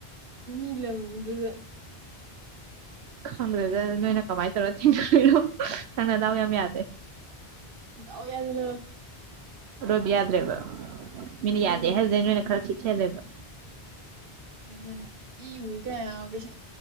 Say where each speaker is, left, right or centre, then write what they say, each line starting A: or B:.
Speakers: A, on the right (about 60°); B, on the right (about 80°).
A: ꯃꯤ ꯂꯝꯗꯨꯗ
B: ꯈꯪ꯭ꯔꯦꯗ ꯅꯅꯅ ꯀꯃꯥꯏ ꯇꯧꯔꯣ ꯊꯤꯡꯣ ꯅꯪ ꯅꯗꯥꯎ ꯌꯥꯝ ꯌꯥꯗꯦ
A: ꯌꯥꯎ ꯌꯥꯗꯅ
B: ꯔꯣꯕ ꯌꯥꯗ꯭ꯔꯦꯕ ꯃꯦꯅ
A: ꯎꯝ
B: ꯌꯥꯗ ꯍꯔꯗꯤꯅ ꯃꯅ ꯈꯔ ꯈꯦꯂꯦꯕ
A: <unintelligible> ꯏꯕꯨ ꯀꯌꯥ ꯀꯩꯁꯨ